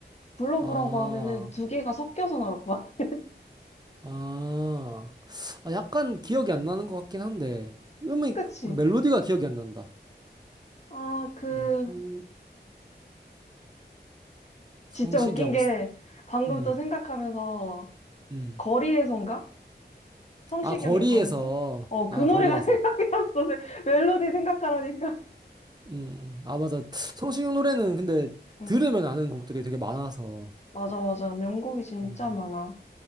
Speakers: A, on the left; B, on the right.
A: 불러보라고
B: 아.
A: 하면은 두 개가 섞여서 나올 것 같아.
B: 아, 아, 약간 기억이 안 나는 것 같긴 한데, 음이,
A: <laughs> 그치?
B: 그 멜로디가 기억이 안 난다.
A: 아, 그,
B: 음, 음, 성시경,
A: 진짜 웃긴 게, 방금
B: 음,
A: 또 생각하면서,
B: 음.
A: 거리에선가? 성시경의
B: 아, 거리에서,
A: 거리에서? 어, 그
B: 아,
A: 노래가
B: 거리에서.
A: <laughs> 생각났어. 멜로디 생각하라니까.
B: 음, 음. 아, 맞아. 성시경 노래는 근데
A: 응,
B: 들으면 아는 곡들이 되게 많아서,
A: 맞아, 맞아. 명곡이 진짜
B: 음,
A: 많아.